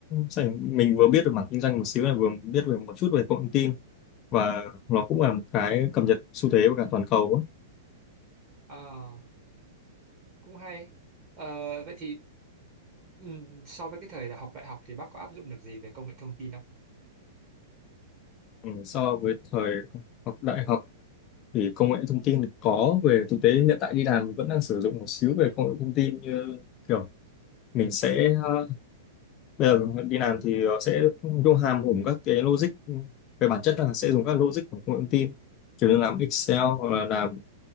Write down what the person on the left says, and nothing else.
sẽ mình vừa biết được mảng kinh doanh một xíu là vừa biết về một chút về công nghệ thông tin và nó cũng là một cái cập nhật xu thế của cả toàn cầu á
Ừ, so với thời học đại học thì công nghệ thông tin có về thực tế hiện tại đi làm vẫn đang sử dụng một xíu về công nghệ thông tin như kiểu mình sẽ ờ, bây giờ đi làm thì ờ, sẽ vô hàm hùng các cái logic về bản chất là sẽ dùng các logic của công nghệ thông tin chủ yếu làm Excel hoặc là làm